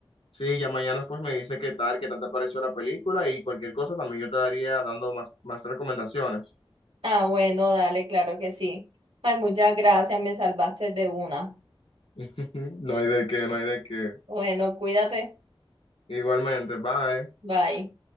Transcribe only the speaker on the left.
Sí, ya mañana pues me dice qué tal, qué tal te pareció la película y cualquier cosa también yo te daría dando más, más recomendaciones.
<laughs> No hay de qué, no hay de qué.
Igualmente, bye.